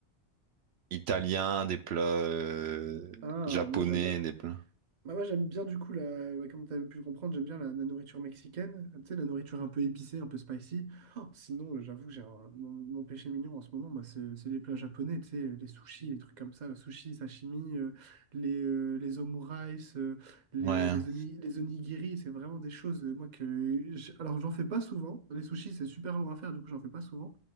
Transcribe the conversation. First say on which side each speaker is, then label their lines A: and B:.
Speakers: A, on the right (about 75°); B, on the right (about 45°).
A: italiens, des plats euh,
B: Ah,
A: japonais,
B: moi j'adore.
A: des plats.
B: Bah moi j'aime bien du coup la, ouais, comme tu as pu le comprendre, j'aime bien la, la nourriture mexicaine, tu sais, la nourriture un peu épicée, un peu spicy. Oh, sinon, euh, j'avoue, j'ai un- mon, mon péché mignon en ce moment, moi, c'est c'est les plats japonais, tu sais, les sushis, les trucs comme ça, sushis, sashimi, euh, les, euh, les omurice, euh, les,
A: Ouais,
B: les, oni- les onigiri, c'est vraiment des choses, euh, moi, que... j'- Alors, j'en fais pas souvent, les sushis, c'est super long à faire, du coup, j'en fais pas souvent.